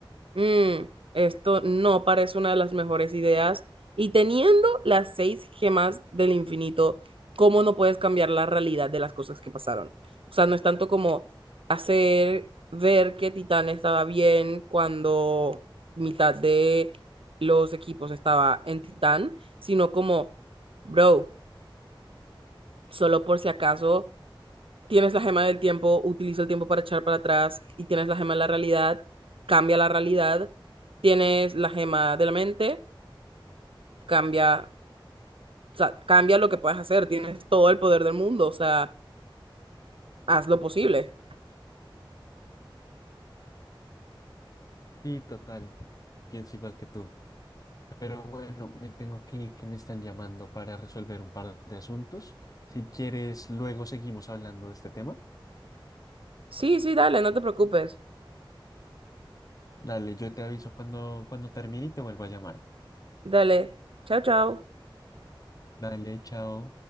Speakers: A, on the right; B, on the left.
A: Mm, esto no parece una de las mejores ideas. Y teniendo las seis gemas del infinito, ¿cómo no puedes cambiar la realidad de las cosas que pasaron? O sea, no es tanto como hacer ver que Titán estaba bien cuando mitad de los equipos estaba en Titán, sino como, bro, solo por si acaso tienes la gema del tiempo, utiliza el tiempo para echar para atrás y tienes la gema de la realidad, cambia la realidad, tienes la gema de la mente, cambia, o sea, cambia lo que puedes hacer, tienes todo el poder del mundo, o sea, haz lo posible.
B: Sí, total, pienso igual que tú. Pero bueno, me tengo que ir, que me están llamando para resolver un par de asuntos. Si quieres, luego seguimos hablando de este tema.
A: Sí, sí, dale, no te preocupes.
B: Dale, yo te aviso cuando, cuando termine y te vuelvo a llamar.
A: Dale. Chao, chao.
B: Dale, chao.